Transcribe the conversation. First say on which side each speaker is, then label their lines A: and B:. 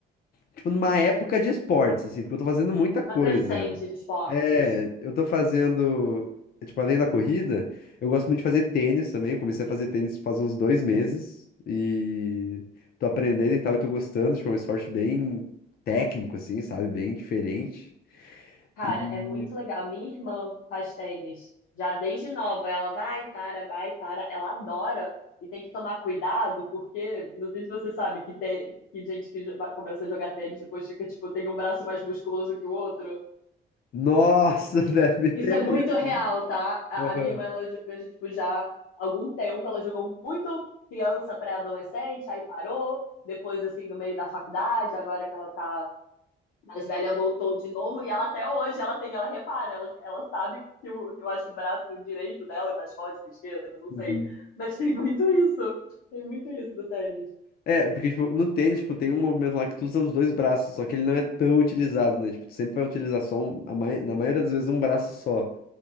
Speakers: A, on the left; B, on the left.
A: tipo, numa época de esportes, assim, porque eu tô fazendo muita coisa.
B: Uma crescente de esportes.
A: É, eu tô fazendo, tipo, além da corrida, eu gosto muito de fazer tênis também. Eu comecei a fazer tênis faz uns dois meses e tô aprendendo e tal, e tô gostando. Tipo, é um esporte bem técnico, assim, sabe? Bem diferente.
B: Cara,
A: E,
B: é muito legal. Minha irmã faz tênis já desde nova. Ela vai, para, vai, para. Ela adora e tem que tomar cuidado, porque não sei se você sabe que tem que gente que jo- vai- começa a jogar tênis depois fica, tipo, tem um braço mais musculoso que o outro.
A: nossa, <laughs> deve ter
B: Isso é
A: mesmo.
B: muito real, tá? A,
A: Aham.
B: a minha irmã, ela joga, já, tipo, já há algum tempo. Ela jogou muito criança, pré-adolescente, aí parou. Depois, assim, no meio da faculdade, agora que ela tá mais velha voltou de novo e ela até hoje ela tem, ela repara, ela, ela sabe que o, eu acho que o braço direito dela é mais forte que o esquerdo, não
A: Uhum.
B: sei. Mas tem muito isso. Tem muito isso do tênis.
A: É, porque, tipo, no tênis, tipo, tem um movimento lá que tu usa os dois braços, só que ele não é tão utilizado, né? Tipo, tu sempre vai utilizar só, um, a mai- na maioria das vezes, um braço só.